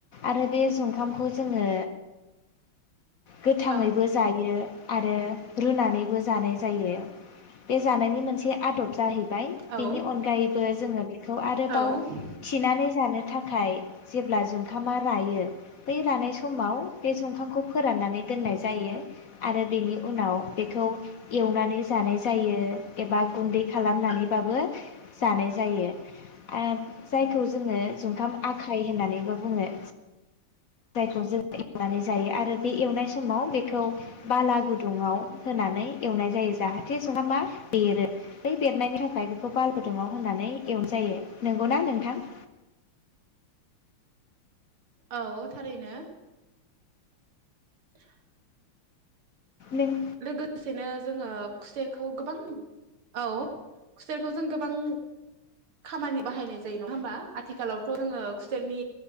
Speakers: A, on the left; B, on the right.
A: आरो बे जुखामखौ जोङो गोथाङैबो
B: औ
A: जायो। आरो रुनानैबो जानाय ज जायो बे जानायनि मोनसे आदब जाहैब बाय
B: औ
A: बिनि अनगायैबो जोङो बेखौ आरोबाव
B: औ
A: थिनानै जानो थाखाय जेब्ला जुंखामा रायो बै रानाय समाव बे जुंखामखौ फोरान्नानै दोननाय जायो। आरो बेनि उनाव बेखौ एवनानै ज जानाय जायो एबा गुन्दै खालामनानैबाबो जानाय जायो ओ जायखौ जोङो जुंखाम आखाय होननानैबो बुङो। जायखौ जोङो एवनानै जायो आरो बे एवनाय समाव बेखौ बाला गुदुङाव होनानै एवनाय जायो जाहाथे जुंखामा बेरो बै बेरनायनि थाखाय बेखौ बाला गुदुङाव होनानै एवनाय जायो नंगौना नोंथां?
B: औ थारैनो। <inaudible>
A: नों
B: लोगोसेनो जोङो खुसेरखौ गोबां औ। खुसेरखौ जों गोबां खामानि बाहायनाय जायो नङा होमबा आथिखालावथ' जोङो खुसेरनि